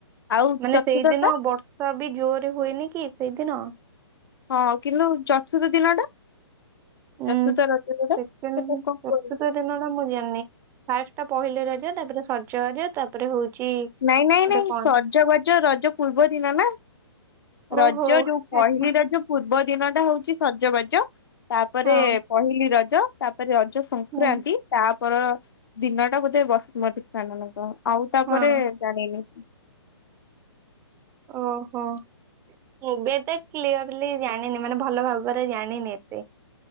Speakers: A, on the left; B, on the right.
A: ଆଉ
B: ମାନେ
A: ଚତୁର୍ଥ
B: ସେଇଦିନ
A: ଟା
B: ବର୍ଷ ସବି ଜୋରେ ହୁଏନି କି ସେଇଦିନ?
A: ହଁ, କିନ୍ତୁ ଚତୁର୍ଥ ଦିନ ଟା?
B: ଉଁ
A: ଚତୁର୍ଥ ରଜ ଯଉଟା,
B: ସେକେଣ୍ଡ
A: ସେଟାକୁ କଣ
B: ଚତୁର୍ଥ
A: କୁହନ୍ତି?
B: ଦିନ ଟା ମୁଁ ଜାଣିନି? ଫାଷ୍ଟ ଟା ପହିଲ ରଜ, ତା'ପରେ ସଜବାଜ, ତା'ପରେ ହଉଛି
A: ନାଇଁ, ନାଇଁ,
B: ଗୋଟେ
A: ନାଇଁ,
B: କଣ
A: ସଜବାଜ ରଜ ପୂର୍ବ ଦିନ ନା! ରଜ
B: ଓହୋ
A: ଯୋଉ ପହିଲି
B: ଆଚ୍ଛା
A: ରଜୁପ୍ ପୂର୍ବ ଦିନ ଟା ହଉଛି ସଜବାଜ। ତା'ପରେ
B: ହଁ
A: ପହିଲି ରଜ, ତା'ପରେ ରଜ ସ ସଂକ୍ରାନ୍ତି,
B: ହୁଁ
A: ତା'ପର ଦିନଟା ବୋଧେ ବସୁମତୀ ସ୍ନାନ ନା କଣ? ଆଉ, ତା'ପରେ
B: ହଁ
A: ଜାଣିନି?
B: ଓହୋ। ମୁଁ ବି ଏତେ କ୍ଲିୟର୍ଲି ଜାଣିନି! ମାନେ ଭଲ ଭାବରେ ଜାଣିନି ଏତେ।